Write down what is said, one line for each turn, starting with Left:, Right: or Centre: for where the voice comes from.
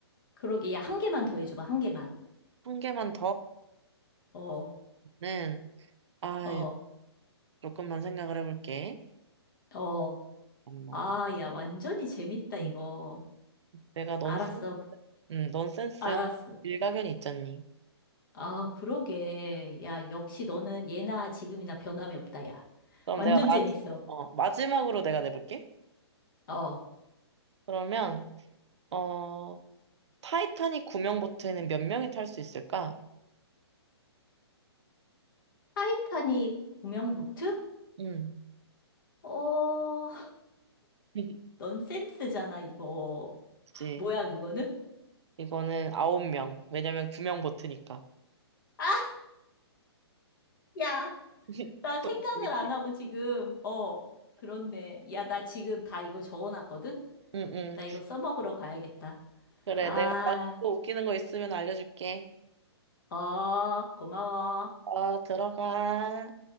Left: 그러게. 야, 한 개만 더 해줘봐. 한 개만.
Right: 한 개만
Left: 어,
Right: 더는, 아,
Left: 어,
Right: 조금만 생각을 해볼게.
Left: 어.
Right: 엄마.
Left: 아, 야, 완전히 재밌다, 이거.
Right: 응. 내가 넌센스,
Left: 알았어.
Right: 응, 넌센스
Left: 알았어.
Right: 일가견이 있잖니.
Left: 아, 그러게. 야, 역시 너는 예나 지금이나 변함이 없다, 야.
Right: 그럼
Left: 완전
Right: 내가 마,
Left: 재밌어.
Right: 어, 마지막으로 내가 내볼게.
Left: 어.
Right: 그러면, 어, 타이타닉 구명 보트에는 몇 명이 탈 수 있을까?
Left: 타이타닉 구명 보트?
Right: 음.
Left: 어,
Right: <laughs>
Left: 넌센스잖아, 이거.
Right: 그치.
Left: 뭐야, 그거는?
Right: 이거는 아홉 명. 왜냐면 구명 보트니까.
Left: 아, 야,
Right: <laughs>
Left: 나 생각을
Right: 재밌지?
Left: 안 하고 지금, 어, 그렇네. 야, 나 지금 다 이거 적어놨거든?
Right: 응, 응.
Left: 나 이거 써먹으러 가야겠다.
Right: 그래,
Left: 아,
Right: 내가 또 웃기는 거 있으면 알려줄게.
Left: 어, 고마워.
Right: 어, 들어가.